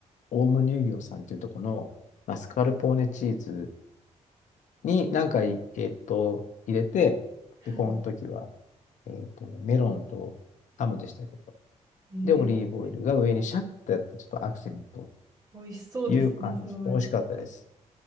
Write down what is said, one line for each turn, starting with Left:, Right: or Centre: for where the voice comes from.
Left: オウム乳業さんっていうところのマスカルポーネチーズに何回、えっと、入れて、
Right: はい。
Left: で、この時は、えっと、メロンとハムでしたけど、
Right: ええ
Left: で、オリーブオイルが上にシャッとやって、ちょっとアクセント
Right: 美味しそうですね、
Left: という感じ。
Right: すごい。
Left: 美味しかったです。